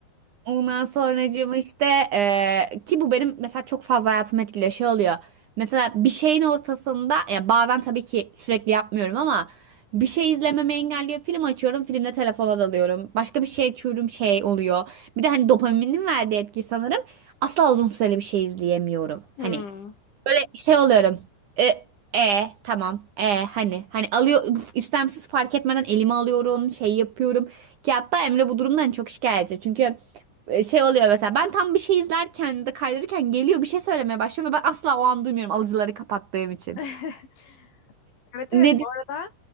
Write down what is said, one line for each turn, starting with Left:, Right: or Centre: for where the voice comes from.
Right: Ondan sonracığım işte eee, ki bu benim mesela çok fazla hayatımı etkiliyor şey oluyor. Mesela bir şeyin ortasında ya bazen tabii ki sürekli yapmıyorum ama bir şey izlememi engelliyor. Film açıyorum, filmle telefona dalıyorum. Başka bir şey açıyorum, şey oluyor. Bir de hani dopaminin verdiği etki sanırım. Asla uzun süreli bir şey izleyemiyorum.
Left: Hmm.
Right: Hani Böyle şey oluyorum. E, e tamam. E hani hani alıyor istemsiz fark etmeden elime alıyorum, şey yapıyorum. Ki hatta Emre bu durumdan çok şikayetçi. Çünkü e, şey oluyor mesela ben tam bir şey izlerken ya da kaydırırken geliyor bir şey söylemeye başlıyor ve ben asla o an duymuyorum alıcıları kapattığım için.
Left: <laughs> Evet evet
Right: Nedir?
Left: bu arada